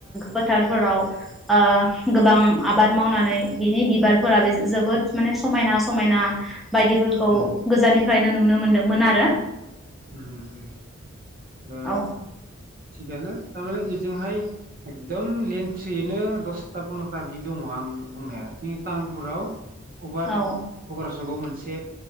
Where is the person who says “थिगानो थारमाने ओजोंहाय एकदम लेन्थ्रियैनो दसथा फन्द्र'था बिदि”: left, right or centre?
Right